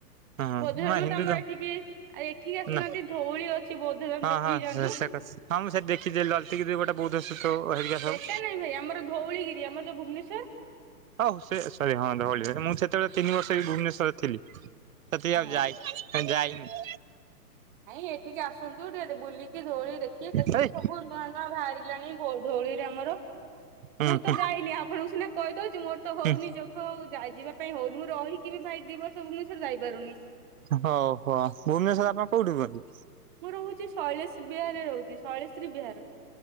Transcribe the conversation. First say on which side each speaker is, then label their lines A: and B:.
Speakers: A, on the right (about 55°); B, on the right (about 30°).
A: ହଁ ହ
B: ବୌଦ୍ଧ ଧର୍ମ
A: ନା ହିନ୍ଦୁ
B: ଆମର
A: ତ
B: ଏଠିକି ଆଉ ଏଠିକି ଆସୁନାହାନ୍ତି
A: ନା
B: ଧଉଳି ଅଛି ବୌଦ୍ଧ ଧର୍ମ
A: ହଁ
B: ଦେଖିକି
A: ହଁ
B: ଯାଆନ୍ତୁ।
A: ସେ କସ ହଁ ମୁଁ ସେଠ ଦେଖିଛି ଲଲତି ଗିରି ଗୋଟା ବହୁତ ସୁତ ହେଇ ସବୁୁଁ।
B: ସେଟା ନାଇଁ ଭାଇ ଆମର ଧଉଳିଗିରି ଆମର ଯୋଉ ଭୁବନେଶ୍ଵର
A: ହଉ ସେ ସରି ହଁ ଧଉଳି ଭ ମୁଁ ସେତେବେଳେ ତିନି ବର୍ଷ ବି ଭୁବନେଶ୍ୱର ଥିଲି ସେତିକି
B: ହଁ
A: ଆଉ ଯାଇ ଯାଇନି।
B: ଭାଇଁ ଏଠିକି ଆସନ୍ତୁ ଟିକେ ଟିକେ ବୁଲିକି ଧଉଳି ଦେଖି କେତେ
A: ହେଇ
B: ସବୁ ନୂଆ ନୂଆ ବାହାରିଲାଣି ଧୋ ଧୋଳିରେ ଆମର।
A: ହୁଁ
B: ମୁଁ
A: ହୁଁ
B: ତ ଯାଇନି ଆପଣଙ୍କୁ ସିନା କହିଦ ଛି ମୋର ତ ହଉନି
A: ହୁଁ
B: ଯୋଗ ଆଉ ଯ ଯିବା ପାଇଁ ହଉନି ମୁଁ ରହିକି ବି ଭାଇ ଦି ବର୍ଷ ଭୁବନେଶ୍ଵର ଯାଇପାରୁନି।
A: ହଉ ହଉ ଭୁବନେଶ୍ଵର ଆପଣ କୋଉଠି ରୁହନ୍ତି?
B: ମୁଁ ରହୁଛି ଶୈଳେଶ ବିହାରରେ ରହୁଛି ଶୈଳେଶ୍ରୀ ବିହାର।